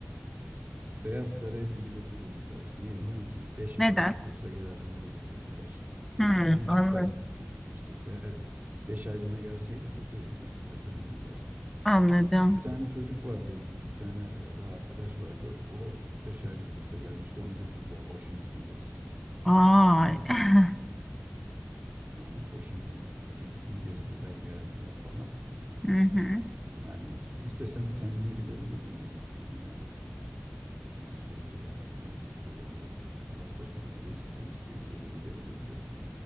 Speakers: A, on the right; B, in the centre.
A: Beyaz Saray'a bizi götürmediler. Niye biliyor musun? 5
B: Neden?
A: aylık kursa gelenleri götürdüler.
B: Hmm,
A: Biz üç
B: anladım.
A: aylığına gitmiştik. Eğer 5 aylığına gelseydik götürdük, götürürdüler.
B: Anladım.
A: Bir tane çocuk vardı, bir tane daha arkadaş vardı. O 5 aylık kursa gelmişti. Onu götürdüler. Washington gezisi
B: Ay.
A: diyorlar.
B: <laughs>
A: Ha, Washington'ı 2-3 gün gezdiler, geldiler falan.
B: Hı hı.
A: Yani istesem kendim gidebilirdim de gitmedim yani. Netice itibariyle e, hafta sonları isteyen istediği yere gidebilirdi.